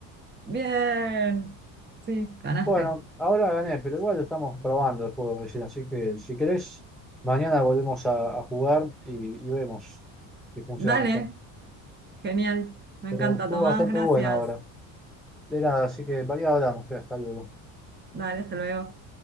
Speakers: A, on the right; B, in the centre.
A: Bien, sí, ganaste.
B: Bueno, ahora gané, pero igual lo estamos probando el juego recién, así que si querés, mañana volvemos a, a jugar y, y vemos si funciona
A: Dale,
B: mejor.
A: genial. Me
B: Pero
A: encanta,
B: estuvo
A: Tomás,
B: bastante
A: gracias.
B: bueno ahora. De nada, así que variado hablamos, ya, hasta luego.
A: Dale, hasta luego.